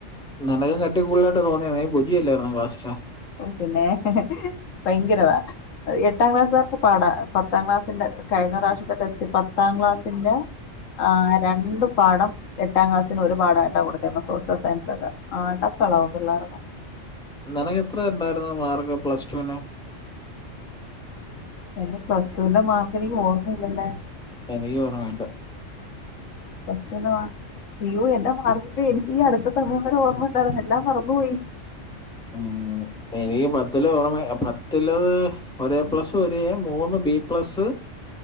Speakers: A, in the centre; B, on the left.
A: നിനക കട്ടികൂടുതലായിട്ട് തോന്നിയ നി പുജിയല്ലേര്ന്നൊ ക്ലാസില്.
B: ഓഹാ പിന്നെ ഭയങ്കരവാ. എട്ടാം ക്ലാസേർക്ക് പാടാ പത്താം ക്ലാസ്സിന്റെ കഴിഞ്ഞ പ്രാവശ്യത്തെ ടെസ്റ്റ് പത്താം ക്ലാസ്സിന്റെ. ആഹ് രണ്ടു പാടം. എട്ടാം ക്ലാസ്സിന് ഒരുപാടായിട്ടാ കൊടുത്തെ സോഷ്യൽ സയൻസൊക്കെ ആടപ്പളാവോ പിള്ളേരുടെ.
A: നിനക്കെത്ര ഇണ്ടായിരുന്നു മാർക്ക് പ്ലസ് ടുവിന്
B: എന്റെ പ്ലസ് ടുവിന്റെ മാർക്ക് എനിക്ക് ഓർമ്മയില്ലല്ലോ
A: എനിക്കും ഓർമ്മയില്ല
B: പ്ലസ്ടൂൻ്റെ മാർ അയ്യോ എന്റെ മാർക്കൊക്കെ എനിക്ക് ഈ അടുത്ത സമയം വരെ ഓർമ്മ ഉണ്ടായിരുന്ന് എല്ലാം മറന്നുപോയി
A: ഉം, എനിക്ക് പത്തിലെ ഓർമ പത്തില് ഒര് എ പ്ലസ് ഒര് എ മൂന്ന് ബി പ്ലസ്സ്